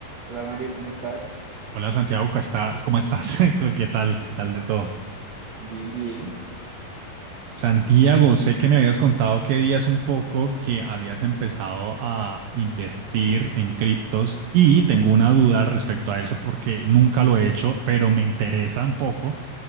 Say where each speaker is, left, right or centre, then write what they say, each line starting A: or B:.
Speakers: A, on the right; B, on the right.
A: Hola Mario, ¿cómo estás?
B: Hola Santiago, ¿cómo estás? ¿Cómo estás? <laughs> ¿Qué tal? ¿Qué tal de todo?
A: Bien, bien.
B: Santiago, sé que me habías contado que días un poco que habías empezado a invertir en criptos y tengo una duda al respecto a eso porque nunca lo he hecho, pero me interesa un poco,